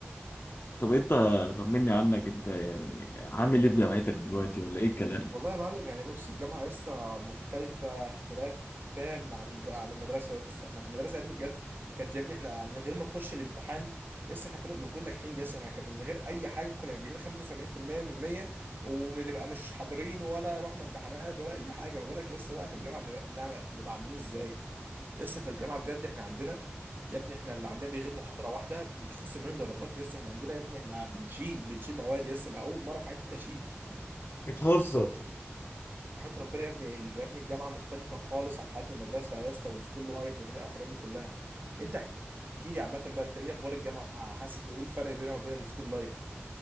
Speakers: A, on the left; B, on the right.
A: طب انت طمني عنك انت يعني عامل ايه في جامعتك دلوقتي ولا ايه الكلام؟
B: والله يا معلم يعني بص الجامعة لسه مختلفة اختلاف تام عن الد... عن المدرسة لسه احنا في المدرسة يا ابني بجد كانت يا ابني احنا من غير ما نخش الامتحان لسه احنا كنا بنكون ناجحين لسه احنا كنا من غير أي حاجة كنا جايبين 75% من 100 وبنبقى مش حاضرين ولا رحنا امتحانات ولا أي حاجة ما بالك لسه بقى في الجامعة بنبقى بنعمل- بنبقى عاملين ازاي لسه في الجامعة بجد احنا عندنا يا ابني احنا اللي عندنا بيغيب محاضرة واحدة بيتخصم منه درجات لسه احنا عندنا يا ابني احنا بنشيل بنشيل مواد لسه انا أول مرة في حياتي أشيل
A: بتهزر <clears throat>
B: وحياة ربنا يا ابني ال- يا ابني الجامعة مختلفة خالص عن حياة المدرسة يا اسطى والسكول لايف والحاجات دي كلها انت احكي لي عامة بقى انت ايه اخبار الجامعة حاسس بايه الفرق بينها وبين السكول لايف